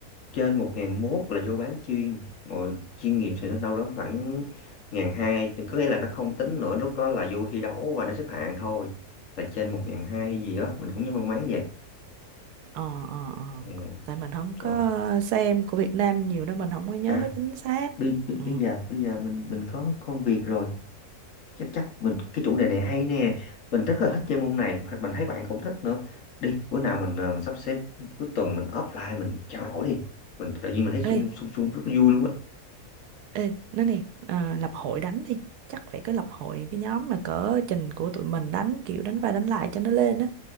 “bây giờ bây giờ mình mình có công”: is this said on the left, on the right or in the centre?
Left